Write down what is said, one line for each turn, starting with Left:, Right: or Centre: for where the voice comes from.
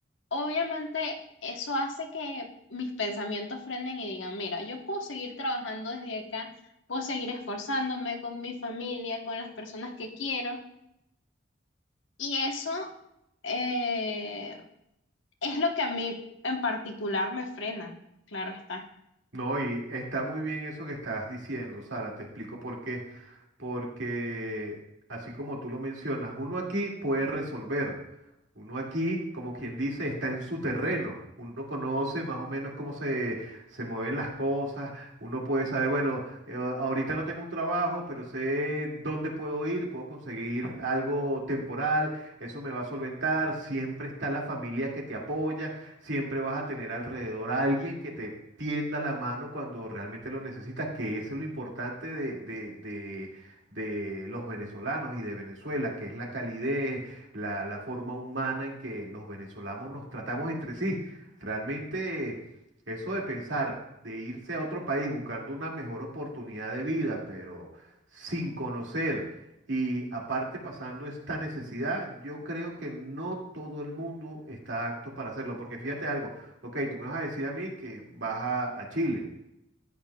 Left: obviamente, eso hace que mis pensamientos frenen y digan, mira, yo puedo seguir trabajando desde acá, puedo seguir esforzándome con mi familia, con las personas que quiero. Y eso, eh, es lo que a mí en particular me frena, claro está.
Right: No, y está muy bien eso que estás diciendo, Sara. Te explico por qué. Porque, así como tú lo mencionas, uno aquí puede resolver. Uno aquí, como quien dice, está en su terreno. Uno conoce más o menos cómo se, se mueven las cosas. Uno puede saber, bueno, eh, ahorita no tengo un trabajo, pero sé dónde puedo ir, puedo conseguir algo temporal, eso me va a solventar. Siempre está la familia que te apoya siempre vas a tener alrededor a alguien que te tienda la mano cuando realmente lo necesitas, que eso es lo importante de, de- de- de los venezolanos y de Venezuela, que es la calidez, la, la forma humana en que los venezolanos nos tratamos entre sí. Realmente eso de pensar de irse a otro país buscando una mejor oportunidad de vida, pero sin conocer y aparte, pasando esta necesidad, yo creo que no todo el mundo está apto para hacerlo. Porque fíjate algo, ok, tú me vas a decir a mí que vas a, a Chile.